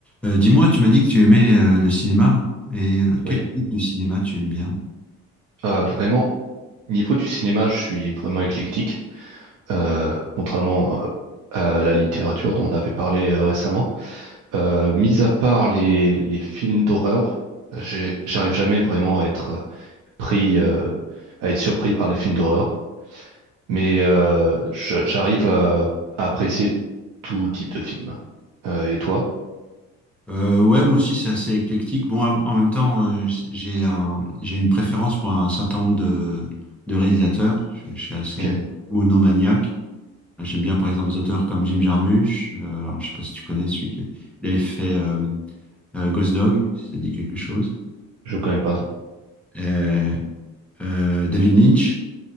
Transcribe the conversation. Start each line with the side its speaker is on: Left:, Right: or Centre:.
Centre: Euh, dis-moi, tu m'as dit que tu aimais euh, le cinéma. Et euh, quel
Right: Oui,
Centre: type de cinéma tu aimes bien?
Right: Euh, vraiment, niveau du cinéma, je suis vraiment éclectique, euh, contrairement euh, à la littérature dont on avait parlé euh, récemment. Euh, mis à part les, les films d'horreur, j'ai- j'arrive jamais vraiment à être pris, euh, à être surpris par les films d'horreur, mais euh, je- j'arrive à, à apprécier tout type de film. Euh, et toi?
Centre: Euh, ouais, moi aussi, c'est assez éclectique. Bon, en en même temps, euh, j'ai un, j'ai une préférence pour un certain nombre de, de réalisateurs. Je, je suis assez
Right: Ok,
Centre: un peu monomaniaque. J'aime bien, par exemple, des auteurs comme Jim Jarmusch. Euh, alors, je sais pas si tu connais celui qui il avait fait euh, euh, Ghost Dog, si ça dit quelque chose.
Right: je connais pas, non.
Centre: Euh, euh, David Lynch.